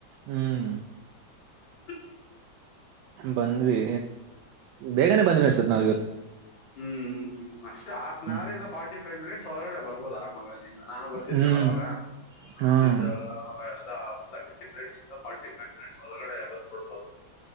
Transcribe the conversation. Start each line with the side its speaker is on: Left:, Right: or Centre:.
Right: ಹ್ಮ್
Left: ಹ್ಮ
Right: ಬಂದ್ವಿ ಬೇಗನೆ ಬಂದ್ವಿ ಅಸತ್ ನಾವ್ ಇವತ್ತು
Left: ಹ್ಮ್ ಹ್ಮ್ ಹ್ಮ್ ಅಷ್ಟ್ ಹಫ್ನ್
Right: ಹ್ಮ್
Left: ಅವರ್ ಇಂದ ಫಾರ್ಟಿ ಫೈವ್ ಮಿನಿಟ್ಸ್ ಒಳಗಡೆ ಬರ್ಬೋದು ಆರಾಮಾಗಿಲ್ಲಿ ಇ ನಾನು ಬರ್ತಿದ್ನಲ್ಲ
Right: ಹ್ಮ್
Left: ಅವಾಗ ನಮ್ದಿದ್ದಾಗ
Right: ಹ್ಮ್
Left: ಲ್ಲ ತರ್ಟಿ ಮಿನಿಟ್ಸ್ ಇಂದ ಫಾರ್ಟಿ ಫೈವ್ ಮಿನಿಟ್ಸ್ ಒಳಗಡೆ ಬಂದ್ಕೊಡ್ಬೋದು